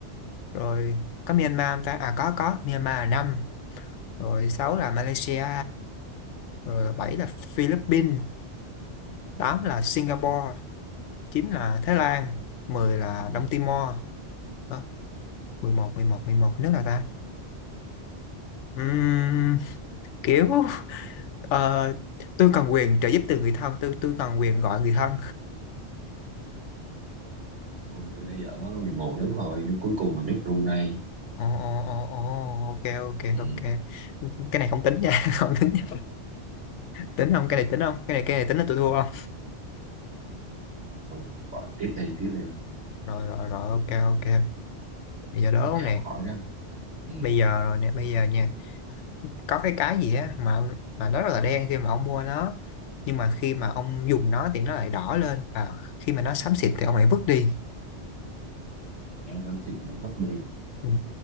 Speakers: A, on the left; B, on the right.
A: rồi
B: ừ,
A: có Myanmar không ta à có có Myanmar là năm rồi sáu
B: ừ,
A: là Malaysia rồi là bảy là Philippines
B: ừ,
A: tám là Singapore chín là
B: ừ,
A: Thái Lan mười là
B: ừ,
A: Đông Timor Đó,
B: ừ.
A: mười một mười một mười một nước là ta Ừm, kiểu ờ, tôi cần quyền trợ giúp từ người thân tôi tôi cần quyền gọi người thân
B: Thôi, tôi đã giỡn nó có 11 nước thôi. Nước cuối cùng là nước Brunei.
A: ồ ồ ồ ồ, ok ok
B: Ừ.
A: ok cái này không tính nha <laughs> không tính nha tính không cái này tính không cái này cái này tính là tôi thua không
B: Thôi, bỏ tiếp đi, tiếp đi.
A: rồi rồi rồi ok ok bây giờ đố
B: giờ
A: nè
B: ông hỏi đó ừ.
A: bây giờ rồi nè bây giờ nha có cái cái gì á mà mà nó rất là đen khi mà ông mua nó nhưng mà khi mà ông dùng nó thì nó lại đỏ lên và khi mà nó xám xịt thì ông lại vứt đi
B: Nó xám xịt nó vứt đi
A: ừ.